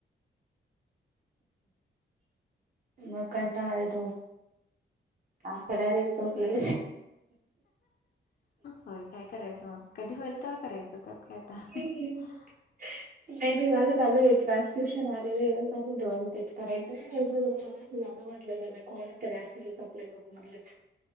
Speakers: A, on the right; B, on the left.
A: म कडयदो. आ स डारे चोपले.
B: होय काय करायचं मग कधी होईल तर करायचं त्यात काय आता.
A: ह.
B: <inaudible>
A: नाही नाही माझं चालू आहे ट्रान्स्क्रिप्शन आलेलं चालू होत म तेच करायचं. झालं म्हटलं झालं कोण तरी असेलच आपल्या ग्रुप मच.